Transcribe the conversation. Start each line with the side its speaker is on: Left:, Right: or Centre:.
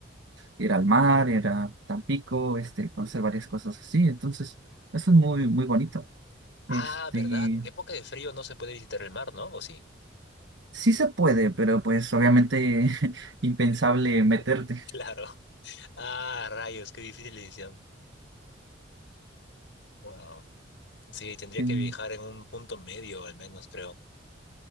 Right: ir al mar, ir a Tampico, este, conocer varias cosas así. Entonces, eso es muy, muy bonito.
Left: Ah,
Right: Este,
Left: verdad. En época de frío no se puede visitar el mar, ¿no? ¿O sí?
Right: sí se puede, pero pues obviamente <laughs> impensable
Left: <laughs>
Right: meterte.
Left: Claro. Ah, rayos, qué difícil decisión. Wow. Sí, tendría
Right: Sí,
Left: que viajar en un punto medio, al menos, creo.